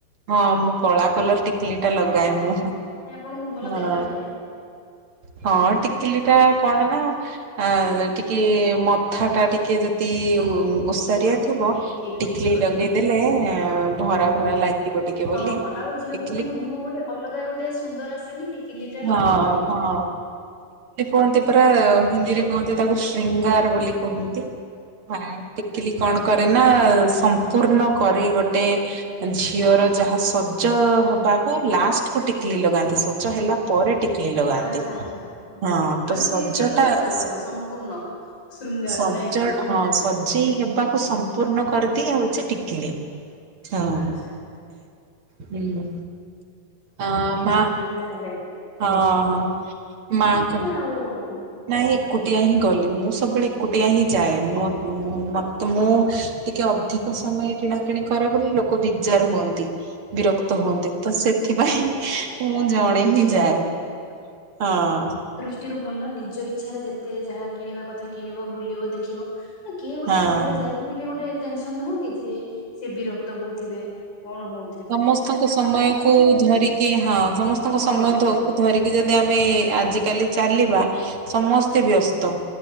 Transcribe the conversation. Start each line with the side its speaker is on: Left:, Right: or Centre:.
Right: ହଁ ମୁଁ କଳା କଲର
Left: ହଁ
Right: ଟିକଲି ଟା ଲଗାଏ
Left: ହଁ ହଁ
Right: ମୁଁ
Left: ହଁ
Right: ହଁ।
Left: ନାଇଁ ଆପଣଙ୍କୁ ଭଲ ଦେଖା ବି ଯାଏ
Right: ହଁ ଟିକିଲି ଟା କୁହନି ନା ଆ ଟିକେ ମଥା ଟା ଟିକେ ଯଦି ଓ ଓସାରିଆ ଥିବ
Left: ଠିକ ଠିକ
Right: ଟିକିଲି
Left: ଠିକ କହିଲେ
Right: ଲଗେଇଦେଲେ ଭରା
Left: ହଁ
Right: ଭରା ଲାଗିବ ଟିକେ
Left: ହଁ
Right: ବୋଲି
Left: ହଁ ଆଉ ଝିଅ
Right: ଟି
Left: ପିଲାଙ୍କ ମୁହଁ ଗୋଟେ ଅଲଗା ଗୋଟେ ସୁନ୍ଦର ଆସେନି ଟିକିଲି ଟା
Right: ହଁ
Left: ଲଗାଇଲେ?
Right: ହଁ କୁହନ୍ତି ପରା ହିନ୍ଦୀରେ କୁହନ୍ତି ତାକୁ ଶୃଙ୍ଗାର ବୋଲି କୁହନ୍ତି। ହଁ ଟିକିଲି କଣ କରେ ନା ସମ୍ପୂର୍ଣ କରେ ଗୋଟେ ଝିଅର ଯାହା ସଜ ହ ବାକୁ ଲାଷ୍ଟ କୁ ଟିକିଲିି ଲଗାନ୍ତି ସଜ ହେଲା ପରେ ଟିକିଲିି ଲଗାନ୍ତି।
Left: ଆଚ୍ଛା ଆଚ୍ଛା
Right: ହଁ
Left: ମାନେ
Right: ତ ସଜଟା
Left: ସିଏ ସିଏ ପୁରା
Right: ହଁ
Left: ପୁରା କରିଦିଏ ସମ୍ପୂର୍ଣ୍ଣ ଶୃଙ୍ଗାର
Right: ସଜ
Left: ନାଇଁ କି
Right: ହଁ ସଜେଇ ହେବାକୁ ସମ୍ପୂର୍ଣ୍ଣ କରିଦିଏ ହଉଚି ଟିକିଲି। ହଁ
Left: ଆଚ୍ଛା
Right: ହୁଁ ଅ ମା
Left: ଦା ହେଲେ
Right: ହଁ ହ ମା ଙ୍କ
Left: ଆଉ
Right: ନାଇଁ ଏକୁଟିଆ ହିଁ ଗଲି ମୁଁ ସବେଳେ ଏକୁଟିଆ ହିଁ ଯାଏ ମ ମୁ ମତେ ମୁଁ ଟିକେ ଅଧିକ ସମୟ କିଣା କିଣି କରେ ବୋଲି ଲୋକ ବିଜାର ହୁଅନ୍ତି। ବିରକ୍ତ ହୁଅନ୍ତି ତ ସେଥିପାଇଁ
Left: ଆଚ୍ଛା
Right: ମୁଁ ଜଣେ
Left: ହୁଁ
Right: ହିଁ
Left: ହୁଁ
Right: ଯାଏ। ହଁ।
Left: ଟିରୁ ଗଲ ନିଜ ଇଚ୍ଛାରେ ଯେତେ ଯାହା କିଣିବା କଥା କିଣିବ ବୁଲିବ ଦେଖିବ। ନା କିଏ ଗୋଟେ
Right: ହଁ।
Left: ସାଙ୍ଗରେ ଯାଇକି ଥିଲେ ଗୋଟେ ଟେନସନ ନୁହଁ କି ଯିଏ ସେ ବିରକ୍ତ ହଉଥିବେ କଣ ହଉ
Right: ସମସ୍ତଙ୍କ ସମୟ କୁ ଧରିକି ହଁ ସମସ୍ତଙ୍କ
Left: ହଁ
Right: ସମୟ
Left: ହଁ।
Right: ଧ ଧରିକି ଯଦି ଆମେ ଆଜିକାଲି ଚାଲିବା ସମସ୍ତେ ବ୍ୟସ୍ତ